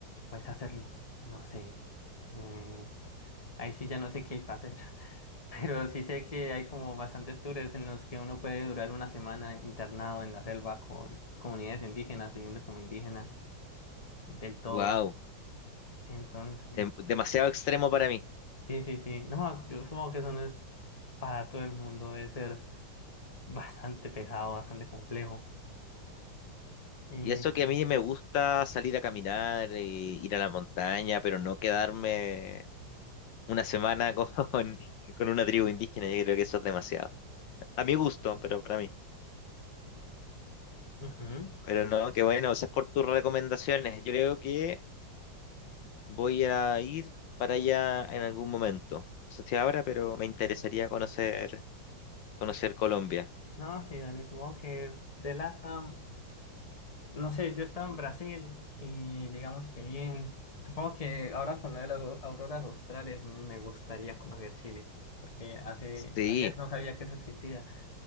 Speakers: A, on the left (about 20°); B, on the left (about 75°).
A: puedes hacer, no sé, eh, ahí sí ya no sé qué hay para hacer. <laughs> Pero sí sé que hay como bastantes tours en los que uno puede durar una semana internado en la selva con comunidades indígenas, viviendo como indígena del todo.
B: wow.
A: Entonces,
B: Demasiado extremo para mí.
A: sí, sí, sí. No, yo supongo que eso no es para todo el mundo, debe ser bastante pesado, bastante complejo. Eh,
B: Y eso que a mí me gusta salir a caminar, e ir a la montaña, pero no quedarme una semana con, <laughs> con una tribu indígena, yo creo que eso es demasiado. A mi gusto, pero para mí.
A: ujú.
B: Pero no, qué bueno, gracias por tus recomendaciones. Yo creo que voy a ir para allá en algún momento. No sé si ahora, pero me interesaría conocer, conocer Colombia.
A: No, sí, Dani, supongo que de LATAM, no sé, yo estaba en Brasil y digamos que bien. Supongo que ahora con lo de las au- auroras australes me gustaría conocer Chile, porque hace,
B: Sí,
A: ayer no sabía que eso existía